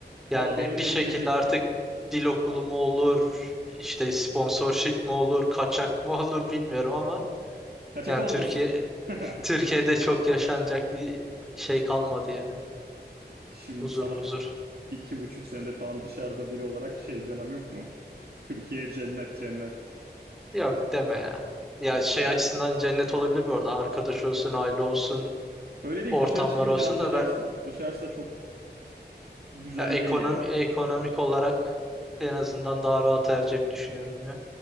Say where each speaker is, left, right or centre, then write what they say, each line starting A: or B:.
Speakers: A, in the centre; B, on the right.
A: Yani
B: Valla benim
A: bir
B: de
A: şekilde
B: gelecekteki
A: artık dil okulu
B: Ha,
A: mu olur, işte sponsorship mi olur, kaçak mı <laughs> olur bilmiyorum ama
B: kaçak
A: yani
B: olmasın.
A: Türkiye
B: <laughs>
A: Türkiye'de çok yaşanacak bir şey kalmadı ya.
B: Şimdi
A: Huzur
B: sana
A: muzur.
B: iki buçuk senedir falan dışarıda biri olarak şey demem yok mu? Türkiye cennet cennet.
A: Yok deme ya. Ya şey
B: Ya
A: açısından cennet olabilir bu arada. Arkadaş olsun, aile olsun,
B: öyle değil
A: ortamlar
B: dışarı çıkınca
A: olsun
B: anlayacaksın.
A: da ben
B: Dışarısı da çok güzel
A: ya ekonomi
B: değil yani.
A: ekonomik olarak en azından daha rahat ereceğimi düşünüyorum ya.